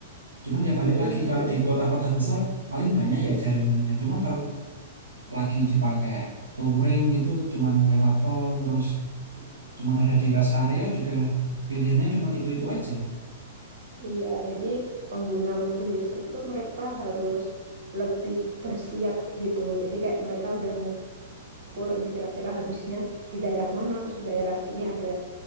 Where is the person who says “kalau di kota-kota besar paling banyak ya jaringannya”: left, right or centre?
Right